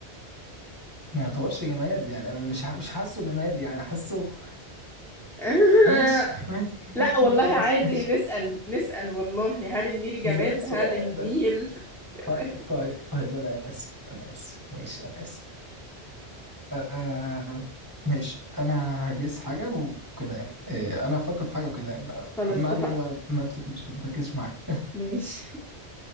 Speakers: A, on the right; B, in the centre.
A: ما يعتبرش جماد يعني أنا مش ح- مش حاسه جماد يعني حاسه
B: <laughs>
A: ماشي ماشي ماشي
B: لا والله
A: ماشي ماشي
B: عادي
A: ماشي.
B: نسأل نسأل والله هل النيل جماد
A: مش ده السؤال
B: هل النيل
A: ده
B: <laughs> جماد
A: طيب طيب طيب أنا آسف أنا آسف ماشي أنا آسف آه ماشي انا هجس حاجه وكده يعني آه انا هفكر في حاجه وكده يعني ما
B: خلاص
A: ما
B: اتفقنا
A: علينا ما, ما تفكرش ما تركزش معايا
B: ماشي